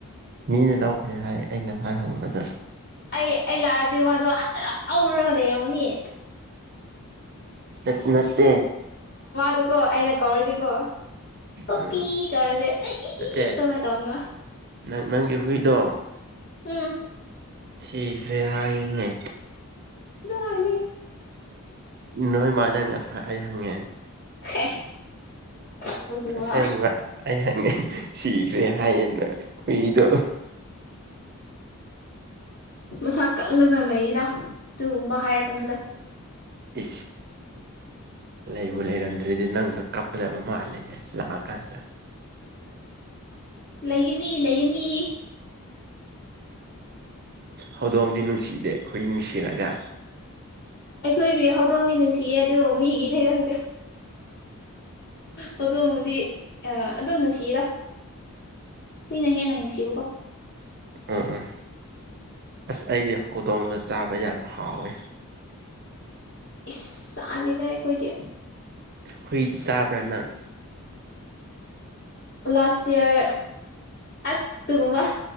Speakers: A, on the right (about 45°); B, on the left (about 55°).
A: ꯃꯤꯅ ꯂꯧꯈ꯭ꯔꯦ ꯅꯦ ꯍꯥꯏ ꯑꯩꯅ ꯉꯁꯥꯏ ꯍꯪꯕꯗ
B: ꯑꯩ ꯑꯩ ꯂꯥꯛꯑꯗꯤ ꯃꯥꯗꯣ ꯍꯔꯥꯎꯔꯒ ꯂꯩꯔꯝꯃꯅꯤ
A: ꯅꯠꯇꯦ ꯅꯠꯇꯦ
B: ꯑꯗꯨꯀꯣ ꯑꯩꯅ ꯀꯧꯔꯗꯤꯀꯣ ꯄꯄꯤ
A: ꯎꯝ
B: ꯀꯧꯔꯗꯤ ꯑꯩ ꯏ
A: ꯅꯠꯇꯦ
B: ꯏ ꯑꯗꯨꯃꯥꯏꯅ ꯇꯧꯅꯤꯕ
A: ꯅꯪ ꯅꯪꯒꯤ ꯍꯨꯏꯗꯣ
B: ꯎꯝ
A: ꯁꯤꯈ꯭ꯔꯦ ꯍꯥꯏꯅꯦ
B: ꯑꯗꯨ ꯍꯥꯏꯅꯨ
A: ꯅꯣꯏ ꯃꯥꯗ ꯉꯁꯥꯏ ꯑꯩ ꯍꯪꯉꯦ
B: <inaudible>
A: ꯑꯁꯦꯡꯕ
B: ꯋꯥ
A: ꯑꯩ ꯍꯪꯉꯦ ꯁꯤꯈ꯭ꯔꯦ ꯍꯥꯏꯌꯦꯅ ꯍꯨꯏꯗꯣ
B: ꯃꯁꯥ ꯀꯜꯂꯒ ꯂꯩꯗ ꯑꯗꯨꯒꯨꯝꯕ ꯍꯥꯏꯔꯛꯀꯅꯨꯗ
A: ꯏ ꯂꯩꯕꯨ ꯂꯩꯔꯝꯗ꯭ꯔꯗꯤ ꯅꯪꯗꯣ ꯀꯞꯀꯗꯕ ꯃꯥꯂꯦ ꯂꯥꯛꯑ ꯀꯥꯟꯗ
B: ꯂꯩꯒꯅꯤ ꯂꯩꯒꯅꯤ
A: ꯍꯧꯗꯣꯡꯗꯤ ꯅꯨꯡꯁꯤꯗꯦ ꯍꯨꯏ ꯁꯤꯔꯒ
B: ꯑꯈꯣꯏꯒꯤ ꯍꯧꯗꯣꯡꯗꯤ ꯅꯨꯡꯁꯤꯌꯦ ꯑꯗꯨ ꯃꯤꯒꯤ ꯗꯤ ꯈꯪꯗꯦ ꯍꯧꯗꯣꯡꯕꯨꯗꯤ ꯑꯗꯨꯝ ꯅꯨꯡꯁꯤꯔ ꯍꯨꯏꯅ ꯍꯦꯟꯅ ꯅꯨꯡꯁꯤꯕꯀꯣ
A: ꯎꯝ ꯎꯝ ꯑꯁ ꯑꯩꯗꯤ ꯍꯧꯗꯣꯡꯗꯣ ꯆꯥꯕ ꯌꯥꯝ ꯍꯥꯎꯋꯦ
B: ꯏꯁ ꯆꯥꯗꯦꯗ ꯈꯣꯏꯗꯤ
A: ꯍꯨꯏꯗꯤ ꯆꯥꯕ꯭ꯔꯥ ꯅꯪ
B: ꯂꯥꯁ ꯏꯌꯥꯔ ꯑꯁ ꯑꯗꯨꯒꯨꯝꯕ